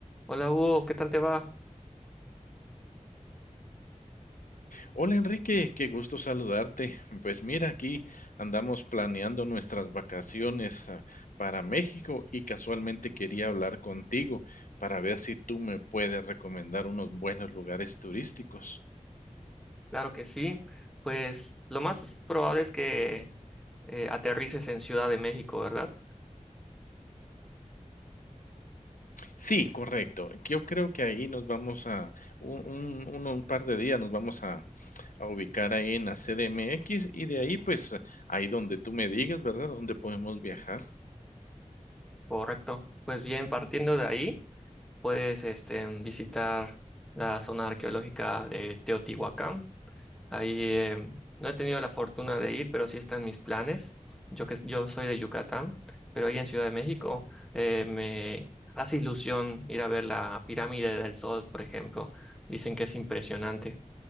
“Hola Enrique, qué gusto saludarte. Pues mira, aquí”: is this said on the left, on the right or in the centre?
Left